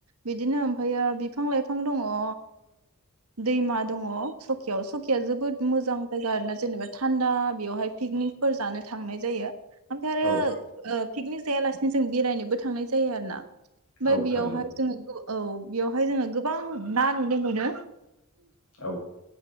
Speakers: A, on the right (about 75°); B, on the left (about 75°).
A: बिदिनो ओमफ्रायायो बिफां लाइफां दङ ओ दैमा दङ सकियाव सकिया जोबोद मोजां जायगा आरोना जेनेबा थान्दा बेयावहाय पिकनिकफोर जानो थांनाय जायो ओमफ्राय आरो
B: औ
A: ओ पिकनिक जायालासिनो जों बेरायनोबो थांनाय जायो आरो ना ओमफाय
B: औ
A: बेयावहाय
B: थारैनो
A: जोंङो औ बेयावहाय जोंङो गोबां ना नुनो मोनो
B: औ